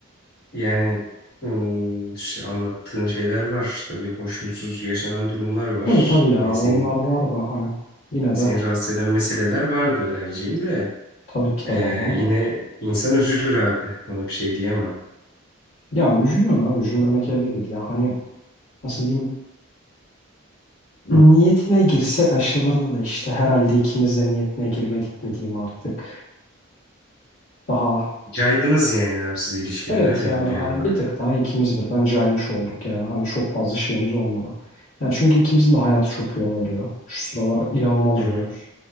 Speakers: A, on the left (about 50°); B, on the left (about 80°).
A: Yani ım, ş- anlattığın şeyler var. Tabii hoşnutsuz yaşanan durumlar var.
B: Tabii tabii ya.
A: Yani
B: Onlar
A: senin
B: var da hani. Yine
A: seni
B: de
A: rahatsız eden meseleler vardı Erciğim de.
B: tabii ki
A: Ee,
B: de vardı ama.
A: yine insan üzülür abi. Ona bir şey diyemem.
B: Ya üzülüyorsun abi üzülmemek elde değil ya hani nasıl diyeyim
A: Hı.
B: niyetine girsek aşılırdı da işte herhalde ikimiz de niyetine girmedik mi diyeyim artık daha
A: Caydınız yani abi siz ilişkiden
B: evet
A: öyle
B: yani
A: mi bir
B: hani
A: anda?
B: bir tık daha ikimiz birden caymış olduk yani hani çok fazla şeyimiz olmadı. Yani çünkü ikimizin de hayatı çok yoğun oluyor şu sıralar inanılmaz
A: Hı
B: yoğunuz.
A: hı.